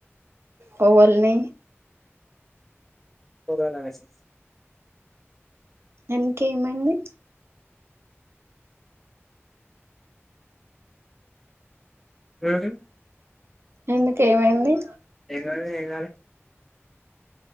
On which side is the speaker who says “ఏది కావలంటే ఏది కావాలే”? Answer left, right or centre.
Centre